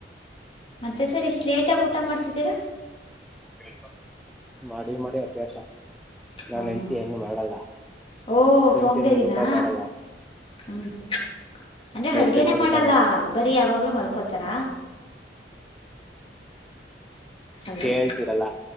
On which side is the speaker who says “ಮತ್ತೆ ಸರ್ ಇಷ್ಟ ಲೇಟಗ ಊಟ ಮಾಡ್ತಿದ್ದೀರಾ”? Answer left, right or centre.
Left